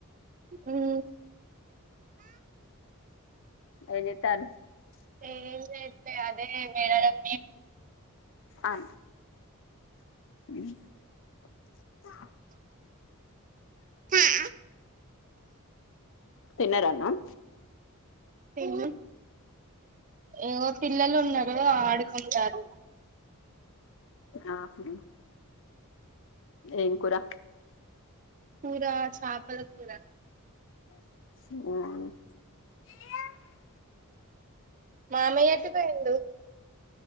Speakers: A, on the right; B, on the left.
A: అయింది
B: ఏం జేత్తరు
A: ఏం చేయట్లే అదే మేడారం
B: అన్ అ
A: మేము
B: తిన్నారా అన్నం
A: తిన్నాం ఇగో పిల్లలున్నారు ఆడుకుంటారు
B: ఆ ఫీ ఏం కూరా
A: కూర చాపల కూర
B: మ్మ్
A: నానబెట్టి పోండి